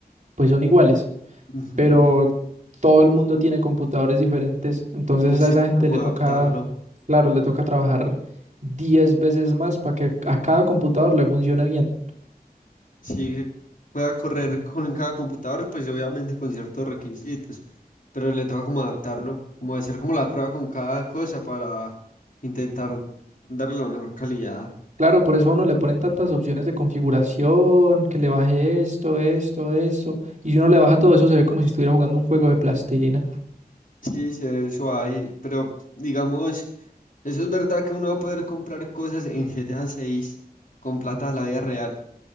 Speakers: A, on the right (about 50°); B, on the left (about 55°).
A: pues son iguales,
B: Ujú.
A: pero todo el mundo tiene computadores diferentes. Entonces
B: Entonces,
A: a esa
B: sí,
A: gente
B: como
A: le
B: adaptarlo.
A: toca, claro, le toca trabajar 10 veces más para que a cada computador le funcione bien.
B: Si pueda correr con cada computador, pues obviamente con ciertos requisitos, pero le toca como adaptarlo, como hacer como la prueba con cada cosa para intentar darle la mejor calidad.
A: Claro, por eso a uno le ponen tantas opciones de configuración, que le baje esto, esto, esto. Y si uno le baja todo eso, se ve como si estuviera jugando un juego de plastilina.
B: Sí, se ve suave, pero digamos, eso es verdad que uno va a poder comprar cosas en GTA 6 con plata de la vida real,